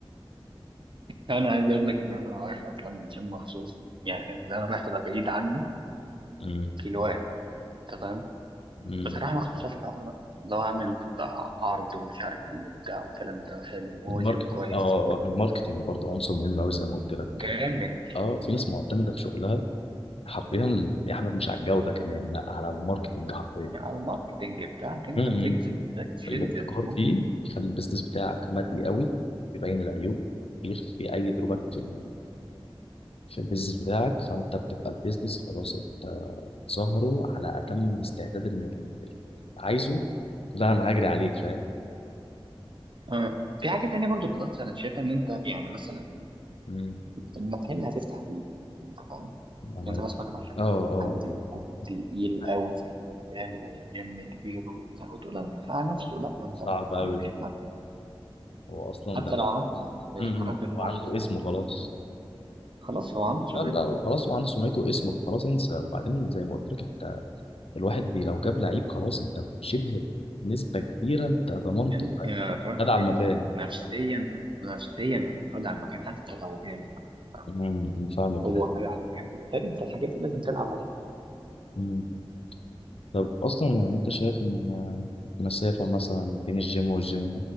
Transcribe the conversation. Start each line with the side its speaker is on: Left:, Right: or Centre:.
Right: انا عايز اقول لك ان انا رايح اصلا الجيم مخصوص يعني اللي انا رايحه ده بعيد عني
Left: م-
Right: كيلوات تمام
Left: م.
Right: بس رايح مخصوص عشان الحوار ده اللي هو عامل بتاع عرض ومش عارف ايه وبتاع والكلام ده حلو وهو
Left: الماركتنج
Right: جيم كويس
Left: اه آه، الماركتنج برضه عنصر مهم قوي زي ما قلت لك
Right: جامد
Left: اه في ناس معتمده في شغلها حرفيا يا احمد مش على الجوده كمان لا على الماركتنج حرفيا
Right: يعني على الماركتنج بتاعك انت
Left: مهم.
Right: بتجذب ازاي تشد
Left: الابتكار
Right: الزبون
Left: فيه يخلي البيزنس بتاعك مرئي قوي بيبين العيوب بيخفي اي دروبات في ال... في البيزنس بتاعك فانت بتبقى البيزنس خلاص انت ظاهره على اتم استعداد ان ال- عايزه لا انا هجري عليك فاهم
Right: اه في حاجه تانية برضو بتاثر انا شايف ان انت يعني مثلا
Left: مم.
Right: المكان اللي هتفتح فيه يعني
Left: انا
Right: انت بس ما تروحش
Left: اه اه
Right: حد يكون تقيل
Left: آه.
Right: قوي في المجال وجيم كبير وبتاع وتقول انا رايح على نفسه لا ما انت
Left: صعب
Right: من طب
Left: قوي
Right: يمشي
Left: دي
Right: بنفسه
Left: هو اصلا
Right: حتى
Left: ده
Right: لو عملت يعني باشتراك
Left: مم.
Right: النص
Left: هو عنده اسمه خلاص
Right: خلاص هو عمل سمعته
Left: لا لا خلاص هو عنده سمعته واسمه فخلاص انسى وبعدين زي ما قلت لك انت الواحد بي لو جاب لعيب خلاص انت شبه نسبة كبيرة انت ضمنته
Right: انت الراجل
Left: خد على المكان
Right: نفسيا نفسيا خد على المكان حتى لو جامد كمان فاهم؟
Left: امم فاهمك
Right: هو
Left: يا أحمد.
Right: خد على المكان بالتالي انت الحاجات دي لازم تلعب عليها كلها
Left: أمم. طب اصلا يعني انت شايف ان المسافة مثلا بين الجيم والجيم